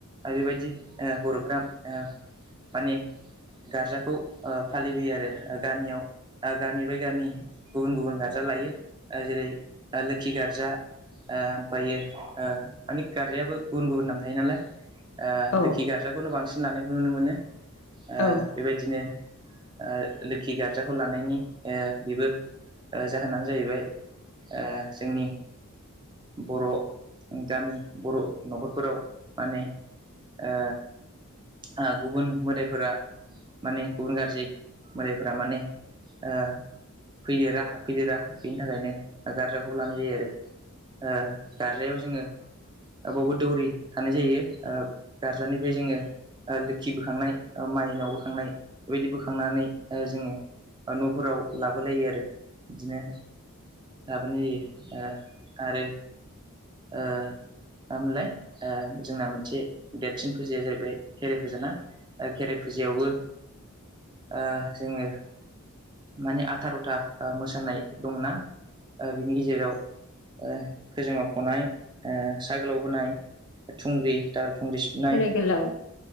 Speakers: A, on the right; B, on the left.
A: बेबायदि ओ बर'फोरा ओ माने गार्जाखौ ओ फालिबोयो आरो गामियाव गामि बाय गामि गुबुन गुबुन गारजा लायो जेरै लोखि गार्जा ओ ओमफ्रायो मानि गारनायायाबो गुबुन गुबुन नाम थायो नालाय ओ
B: औ
A: लोखि गार्जाखौनो बांसिन लानायखौ नुनो मोनो ओ
B: ओं
A: बेबायदिनो ओ लोखि गार्जाखौ लानायनि ओ बेबो ओ जाहोनानो जाहैबाय ओ जोंनि बर' गामि बर' न'खरफोराव माने ओ ओ गुबुन मोदायफोरा माने गुबुन गाज्रि मोदायफोरा माने ओ फैदेरा हाबफैदेरा बेनि थाखायनो गारजाखौ लानाय जायो आरो ओ गारजायाव जोङो बबावबो दौरि थानाय जायो गारजानिफ्राय जोङो लोखि बोखांनाय माइनाव बोखांनाय बेबायदि बोखांनानै जोङो न'फोराव लाबोलायो आरो बिदिनो लाबोय जायो ओ आरो ओ मा मोनलाय ओ जोंना मोनसे देेरसिन फुजिया जाहैबाय खेराइ फुजा ना खेराइ फुजायावबो ओ जोङो माने आथार'था मोसानाय दंना ओ बिनि गेजेराव ओ खोजोमा फ'नाय ओ सा गोलाव बोनाय थुंग्रि दाहाल थुंग्रि सिबनाय
B: खेराइ गोलाव